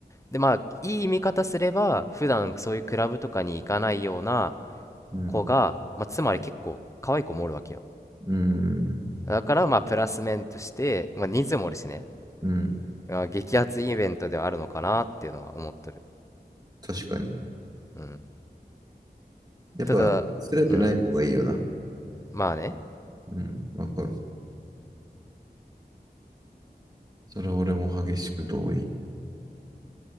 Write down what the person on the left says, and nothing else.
でまあいい見方すれば普段そういうクラブとかに行かないような
子が、まあ、つまり結構可愛い子もおるわけよ
だからまあプラス面として、まあ、人数もおるしね、
まあ、激アツイベントではあるのかなっていうのは思っとる
うん
ただうん
まあね